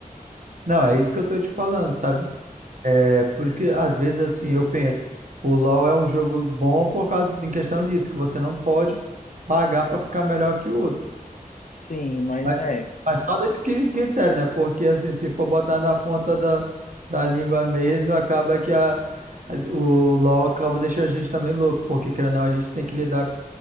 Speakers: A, on the right; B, on the left.
A: Não, é isso que eu tô te falando, sabe? É por isso que às vezes assim eu penso, o LoL é um jogo bom por causa em questão disso, que você não pode pagar para ficar melhor que o outro.
B: Sim, mas
A: Mas,
B: é,
A: mas só desse cri- critério, né? Porque assim, se for botar na ponta da, da língua mesmo, acaba que a, a- o LoL acaba deixando a gente também louco, porque querendo ou não, a gente tem que lidar